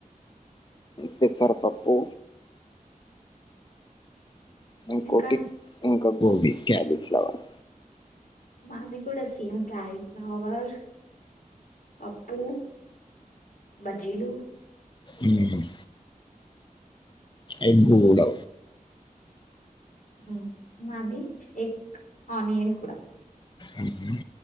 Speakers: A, on the left (about 30°); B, on the left (about 65°).
A: పెసరపప్పు ఇకొటి
B: ఇంకా
A: ఇంకా గోబీ, క్యాలీఫ్లవర్
B: మాది కూడా సేమ్ క్యాలీఫ్లవర్ పప్పు బజ్జీలు
A: ఉమ్మ్ ఎగ్ గూడా
B: ఉమ్ మాది ఎగ్ ఆనియన్ కూడా
A: ఉమ్,